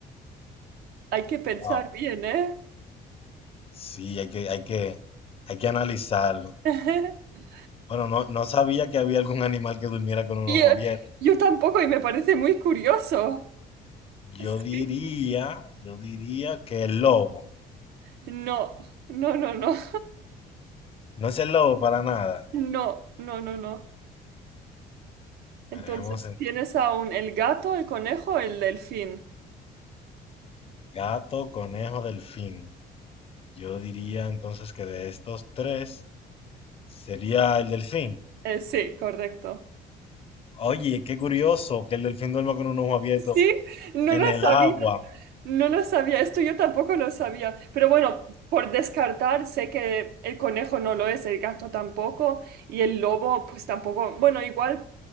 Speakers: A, on the right; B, on the left.
A: Hay que pensar
B: Wow.
A: bien, ¿eh?
B: Sí, hay que, hay que, hay que analizarlo.
A: <laughs>
B: Bueno, no, no sabía que había algún animal que durmiera con un
A: Y,
B: ojo
A: eh,
B: abierto.
A: yo tampoco y me parece muy curioso. Sí.
B: Yo diría, yo diría que el lobo.
A: No, no, no, no.
B: No es el lobo para nada.
A: No, no, no, no. Entonces,
B: Veremos en
A: tienes aún el gato, el conejo, el delfín.
B: gato, conejo, delfín. Yo diría entonces que de estos tres sería el delfín.
A: Eh, sí, correcto.
B: Oye, qué curioso que el delfín duerma con un ojo abierto
A: Sí, no
B: en
A: lo
B: el
A: sabía,
B: agua.
A: no lo sabía, esto yo tampoco lo sabía, pero bueno, por descartar, sé que el conejo no lo es, el gato tampoco, y el lobo pues tampoco, bueno, igual